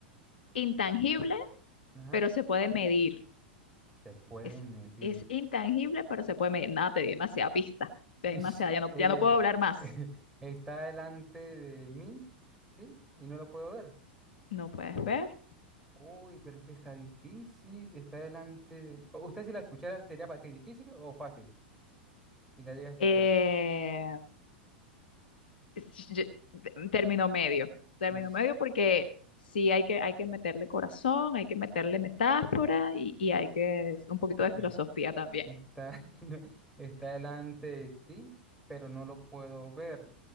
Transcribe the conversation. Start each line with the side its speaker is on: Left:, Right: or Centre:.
Left: intangible,
Centre: El- ajá.
Left: pero se puede medir.
Centre: Se puede
Left: Es,
Centre: medir.
Left: es intangible, pero se puede medir. Nada, te di demasiada pista. Te
Centre: Uy,
Left: di demasiada,
Centre: sí,
Left: ya no,
Centre: eh,
Left: ya no puedo hablar más.
Centre: <laughs> está delante de mí, ¿sí? Y no lo puedo ver.
Left: No puedes ver.
Centre: Uy, pero es que está difícil, está delante de... Pa- ¿Usted si la escuchara sería para ti difícil o fácil? Si la llegas a escuchar.
Left: Eh, es- yo- término medio, término
Centre: Uy,
Left: medio porque sí hay que, hay que meterle corazón, hay que meterle metáfora y, y hay que un poquito de filosofía
Centre: es-
Left: también.
Centre: está, <laughs> está delante de ti, pero no lo puedo ver.